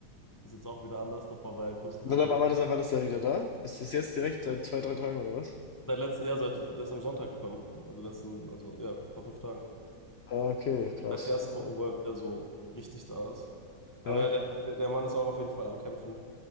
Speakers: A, on the left; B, on the left.
A: Das ist jetzt auch wieder anders. Davor war er größtenteils
B: Wann,
A: in München.
B: wann, wann ist er, wann ist er wieder da? Ist das jetzt direkt seit zwei, drei Tagen oder was?
A: Seit letztem Jahr, seit, der ist am Sonntag gekommen. Also letzten, also ja, vor fünf Tagen.
B: Ah, Okay, krass.
A: Als die erste Woche,
B: Ja.
A: wo er wieder so richtig da ist. Aber
B: Ja,
A: ja, der, der Mann ist auch auf jeden Fall am Kämpfen.